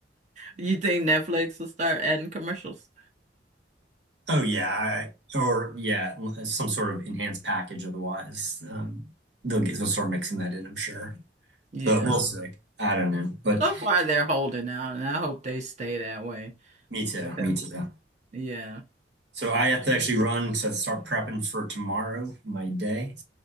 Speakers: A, on the right; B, on the right.
A: You think Netflix will start adding commercials?
B: Oh yeah, I, or yeah, some sort of enhanced package otherwise. Um, they'll get, they'll start mixing that in, I'm sure.
A: Yeah.
B: But we'll see. I don't know. But
A: So far, they're holding out, and I hope they stay that way
B: me too.
A: because,
B: Me too.
A: yeah.
B: So I have to actually run to start prepping for tomorrow, my day.